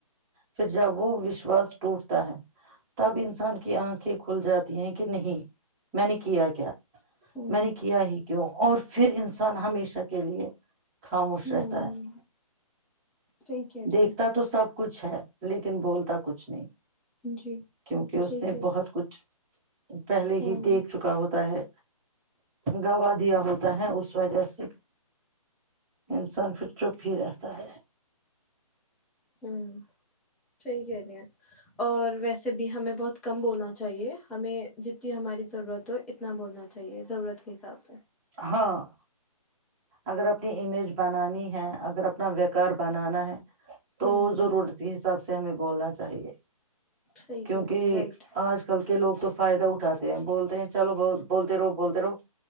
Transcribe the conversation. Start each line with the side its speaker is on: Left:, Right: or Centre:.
Right: پھر جب وہ وشواس ٹوٹتا ہے۔ تب انسان کی آنکھیں کھل جاتی ہیں کہ نہیں میں نے کیا کیا۔
Centre: ہوں
Right: میں نے کیا ہی کیوں اور۔ پھر انسان ہمیشہ کے لیے۔ خاموش
Centre: ہوں
Right: رہتا ہے۔
Centre: صحیح کہہ
Right: دیکھتا
Centre: رہی ہیں
Right: تو سب۔ کچھ ہے لیکن بولتا کچھ نہیں۔
Centre: جی
Right: کیونکہ اس
Centre: صحیح
Right: نے
Centre: کہہ رہی ہیں،
Right: بہت کچھ۔ پہلے ہی
Centre: ہوں
Right: دیکھ چکا ہوتا ہے۔ گوا دیا ہوتا ہے اس وجہ سے انسان پھر چپ ہی رہتا ہے۔
Centre: ہوں۔ صحیح کہ ہیں اور ویسے بھی ہمیں بہت کم بولنا چاہیے ہمیں جتنی ہماری ضرورت ہو اتنا بولنا چاہیے۔ ضرورت کے حساب سے۔
Right: ہاں اگر اپنی امیج بنانی ہے اگر اپنا ویکار بنانا ہے۔ تو
Centre: ہوں
Right: ضرورت
Centre: ہوں
Right: کے حساب سے۔ سے ہمیں بولنا چاہیے۔
Centre: صحیح
Right: کیونکہ
Centre: کہہ رہی ہیں رائٹ
Right: آج کل کے لوگ تو۔ فائدہ اٹھاتے ہیں بولتے ہیں چلو ب بولتے رہو بولتے رہو